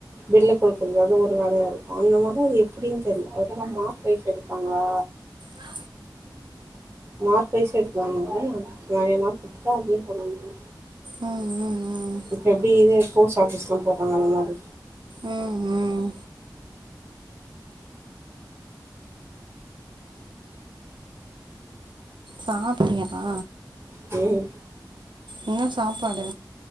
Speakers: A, on the right; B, on the right.
A: பில்ல குடுக்றது அது ஒரு வேலயா இருக்கூ அந்த மாறிதா அது எப்டினு தெர்ல அதல்லா மார்க் வய்ஸ் எடுப்பாங்களா
B: ஆ
A: மார்க் வய்ஸ் எடுக்ராங்தான நெறய மார்க் எடுத்துட்டா அதயே பண்ணல
B: ம்
A: இப்ப எப்டி இது போஸ்ட் ஆபீஸ்லா போட்றாங்க அந்த மாறி
B: உம் ம் சாப்ட்டீங்களா
A: ம்
B: என்ன சாப்பாடு